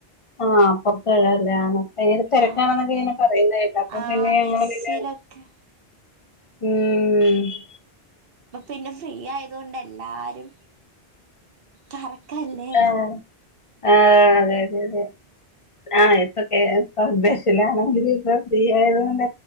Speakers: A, on the left; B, on the right.
A: ആഹ് അപ്പറത്തെ അല്ലേ? ഭയങ്കര തിരക്കാണെന്നൊക്കെ
B: ആ
A: ഇങ്ങനെ പറയുന്ന കേട്ടു. അപ്പൊ
B: ആ
A: പിന്നെ ഞങ്ങള്
B: ബസ്സിലൊക്കെ
A: പിന്നെ ഊം.
B: ഇപ്പൊ പിന്നെ ഫ്രീ ആയതൊണ്ട് എല്ലാരും, കറക്കല്ലേ.
A: ആഹ് ആഹ് അതെ അതെ അതെ. ആഹ് ഇപ്പൊ കെ എസ് ആർ, ബസിലാണെങ്കിലും ഇപ്പ ഫ്രീ ആയത്കൊണ്ട്